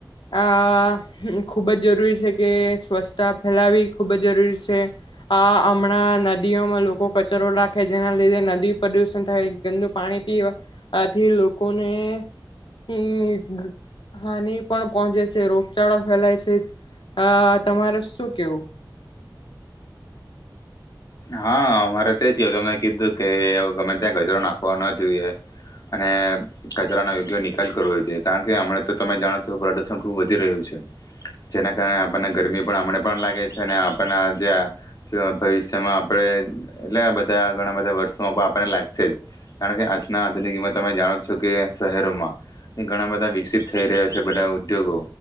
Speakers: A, on the left (about 80°); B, on the left (about 50°).
A: આ ખૂબ જ જરૂરી છે. કે સ્વચ્છતા ફેલાવી ખુબ જ જરૂરી છે આ હમણાં નદીઓમાં લોકો કચરો નાખે જેના લીધે નદી પ્રદુષણ થાય ગંદુ પાણી પીવાથી લોકોને હમ હાનિ પણ પહોંચે છે રોગચાળો ફેલાય છે. હ તમારે શું કેવું.
B: હા અમારે તો એજ કહેવું તમે કીધું કે ગમે ત્યાં કચરો નાખવો ન જોઈએ અને કચરાનો યોગ્ય નિકાલ કરવો જોઈએ કારણ કે હમણાં તો તમે જાણો છો પ્રદૂષણ ખુબ વધી રહ્યું છે જેના કારણે આપણને ગરમી પણ હમણે પણ લાગે છે અને આપણા જ્યાં ભવિષ્ય માં આપણે એટલે બધા ઘણા બધા વર્ષોમાં પણ આપણને લાગશે જ કારણ કે આજના આધુનિક યુગમાં તમે જાણો જ છો કે શહેરોમાં કે ઘણા બધા વિકસિત થઈ રહ્યા છે બધા ઉદ્યોગો